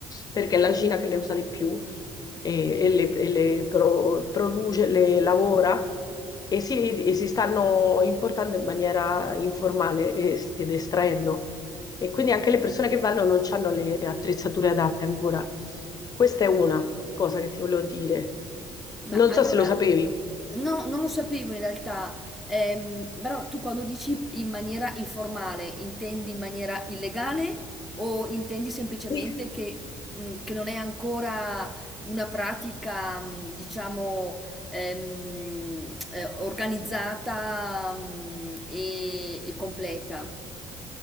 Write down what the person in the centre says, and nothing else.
Ma
allora,
no, non lo sapevo in realtà, Ehm, però tu quando dici in maniera informale, intendi in maniera illegale o intendi semplicemente
che, mh, che non è ancora una pratica, mh, diciamo, ehm, eh, organizzata, mh, e, e completa?